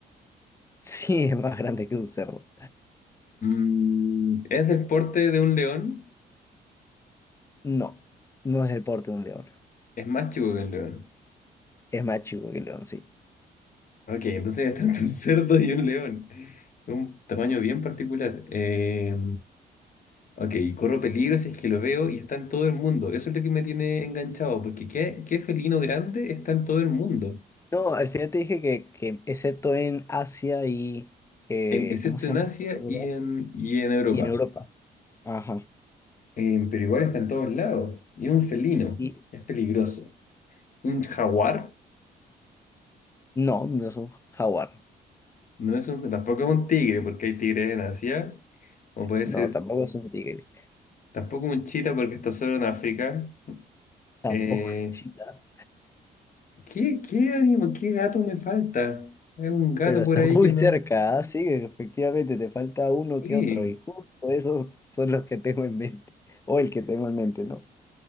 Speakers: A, on the left (about 15°); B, on the left (about 50°).
A: Sí, es más grande que un cerdo.
B: Mm, ¿es del porte de un león?
A: No, no es del porte de un león.
B: Es más chico que un león.
A: Es más chico que el león, sí.
B: Ok, entonces es tanto <laughs> un cerdo y un león. Un tamaño bien particular. Eh, ok, corro peligro si es que lo veo y está en todo el mundo. Eso es lo que me tiene enganchado, porque ¿qué, qué felino grande está en todo el mundo?
A: No, al final te dije que, que excepto en Asia y... eh,
B: En- excepto
A: ¿cómo se
B: en
A: llama
B: Asia
A: este otro lugar?
B: y en, y en Europa.
A: Y en Europa. Ajá.
B: Eh, pero igual está en todos lados. Y es un felino.
A: Sí.
B: Es peligroso. ¿Un jaguar?
A: No, no es un jaguar.
B: No es un, tampoco es un tigre, porque hay tigres en Asia, o puede
A: No,
B: ser
A: tampoco es un tigre.
B: tampoco un chita porque está solo en África.
A: Tampoco
B: Eh,
A: es un cheetah.
B: ¿qué, qué ánimo, qué gato me falta? Es un gato
A: Pero está
B: por ahí
A: muy
B: que
A: cerca,
B: no.
A: así que efectivamente te falta uno
B: Sí,
A: que otro. Y justo esos son los que tengo en mente. O el que tengo en mente, ¿no?